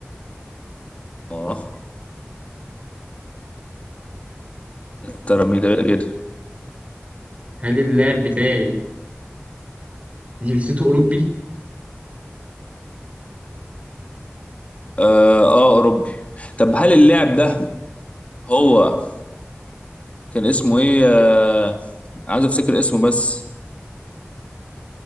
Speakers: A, on the left; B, on the right.
A: اه ترى مين ده كده
B: هل اللاعب بتاعي جنسيته أوروبي
A: اه آه، اوروبي طب هل اللاعب ده هو كان اسمه ايه آه عايز افتكر اسمه بس